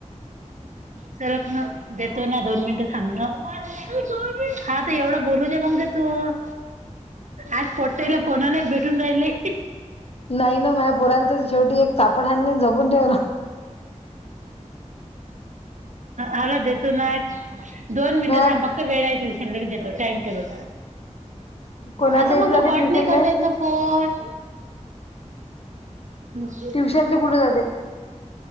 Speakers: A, on the left; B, on the right.
A: <inaudible>
B: सरकण देतो ना दोन मिनिटं थांबण हा तर एवढं बोलुदे मग दे
A: <inaudible>
B: तू आज <unintelligible> फोन नाही भेटून राहिले.
A: नाही ना माझ्या पोराला तर शेवटी एक सापट हाणली आणि झपून ठेवला.
B: आला देतो ना. दोन मिनट
A: माझ्या
B: थांब फक्त वेळा ट्युशनलाी देतो टाइम टेबल
A: कोणाच्या
B: अग
A: इथे
B: मग
A: जाते
B: तो कट
A: ट्युशनले
B: नाही करता येत ना फोन. <unintelligible> आ
A: ट्युशनले कुठे जाते